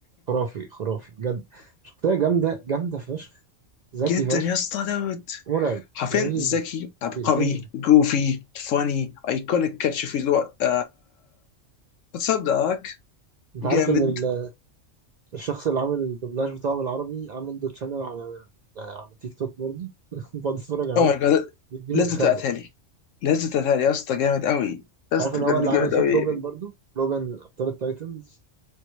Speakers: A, on the right; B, on the left.
A: خرافي خرافي بجد شخصية جامدة جامدة فشخ ذكي
B: جدا
A: فشخ
B: يا اسطى دوت
A: مرعب
B: حرفيا
A: جميل
B: ذكي عبقري
A: بيقتلني
B: جوفي فاني ايكونيك كاتش في الوقت واتس اب داك
A: انت
B: جامد
A: عارف ان ال- الشخص اللي عامل الدوبلاج بتاعه بالعربي عامل له تشانل على على تيك توك برضه <laughs> بقعد اتفرج عليه
B: او ماي جاد
A: بيجيب
B: لازم
A: لي تخلف
B: تبعتها
A: انت
B: لي لازم تبعتها لي يا اسطى جامد قوي يا اسطى
A: عارف ان هو
B: بجد
A: اللي
B: جامد
A: عامل صوت
B: قوي
A: روبن برضه روبن ابطال التايتنز